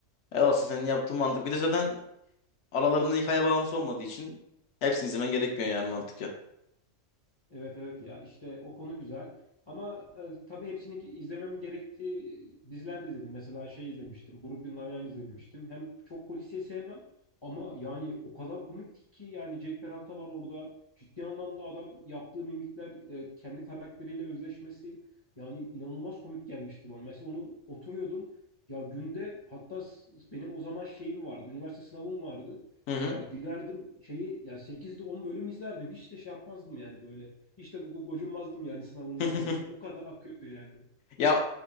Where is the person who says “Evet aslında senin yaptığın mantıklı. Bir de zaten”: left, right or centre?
Left